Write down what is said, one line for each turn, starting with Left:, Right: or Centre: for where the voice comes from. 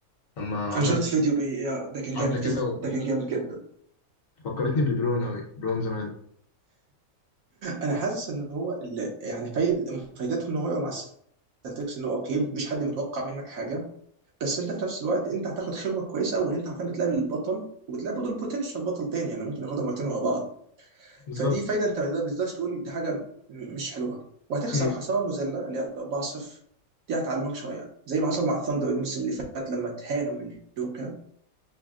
Left: لما عمل
Right: انا شفت فيديو بي آه، ده كان
Left: عدى
Right: جامد
Left: كده
Right: جدا ده كان جامد جدا
Left: وفكرتني بليبرون قوي بليبرون زمان
Right: انا حاسس ان هو اللي يعني فايد- فايدتهم ان هو يقع مع السلتكس ان هو اوكي مفيش حد متوقع منك حاجه بس انت في نفس الوقت انت هتاخد خبره كويسه قوي انت عارفين بتلعب البطل وبتلعب برضه البوتنشال بطل تاني يعني ممكن ياخدها مرتين ورا بعض
Left: بالظبط
Right: فدي فايده انت ما بتقدرش تقول دي حاجه م- مش حلوه وهتخسر
Left: امم
Right: خساره مذله اللي هي 4-0 دي هتعلمك شويه زي ما حصل مع الثاندر الموسم اللي فات لما اتهانوا من الجوكر